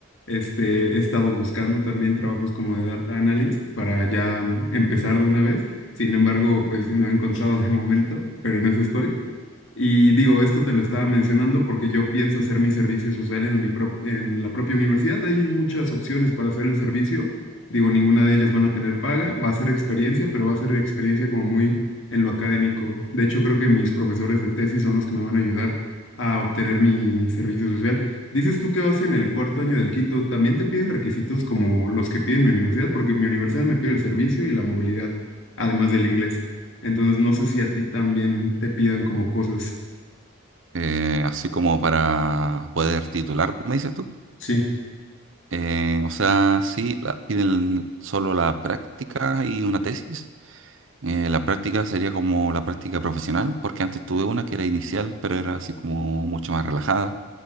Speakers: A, on the left; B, on the right.
A: este, he estado buscando también trabajos como de data analyst para ya mm, empezar de una vez, sin embargo, pues no he encontrado de momento, pero en eso estoy. Y digo, esto te lo estaba mencionando porque yo pienso hacer mi servicio social en mi prop- en la propia universidad. Hay muchas opciones para hacer el servicio. Digo, ninguna de ellas van a tener paga, va a ser experiencia, pero va a ser experiencia como muy en lo académico. De hecho, creo que mis profesores de tesis son los que me van a ayudar a obtener mi servicio social. Dices tú que vas en el cuarto año del quinto, ¿también te piden requisitos como los que piden mi universidad? Porque mi universidad me pide el servicio y la movilidad, además del inglés. Entonces, no sé si a ti también te pidan como cosas.
B: Eh, así como para poder titular, me dices tú.
A: Sí,
B: Eh, o sea, sí, la- piden solo la práctica y una tesis. Eh, la práctica sería como la práctica profesional, porque antes tuve una que era inicial, pero era así como mucho más relajada.